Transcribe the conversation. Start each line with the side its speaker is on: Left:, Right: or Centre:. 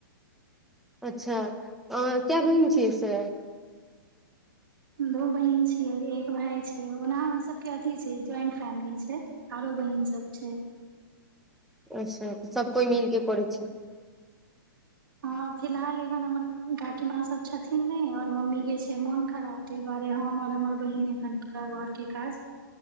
Centre: अच्छा अहाँ कय बहीन छियै से?
Right: दो बहिन छिय एक भाय छीयय ओना हमर सबके अथी छैय ज्वइंट फैमिली छैय आरो बहिन छैय। सब छैय।
Centre: अचछा सब कोइ मिलके करै छै
Right: हँ फिलहाल एखन हमर काकी माँ सब छथिन नई आर मम्मी के छै मोन खराब तै दुआरे हम आर हमर बहिन एखन पूरा घरके काज